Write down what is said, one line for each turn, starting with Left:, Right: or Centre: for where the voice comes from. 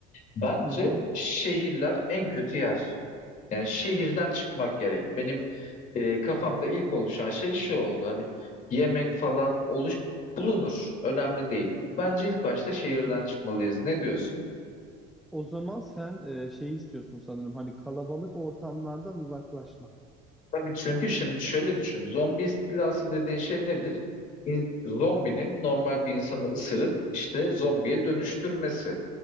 Left: Bence
Centre: Hı hı.
Left: şehirler en kötü yer. Yani şehirden çıkmak gerek. Benim e, kafamda ilk oluşan şey şu oldu. Hani yemek falan oluş bulunur. Önemli değil. Bence ilk başta şehirden
Centre: Hı hı.
Left: çıkmalıyız. Ne diyorsun?
Centre: O zaman sen e, şeyi istiyorsun sanırım hani kalabalık ortamlardan uzaklaşmak.
Left: Tabii çünkü şimdi şöyle düşün. Zombi istilası dediğin şey nedir? İn- zombinin normal bir insanı ısırıp işte zombiye dönüştürmesi.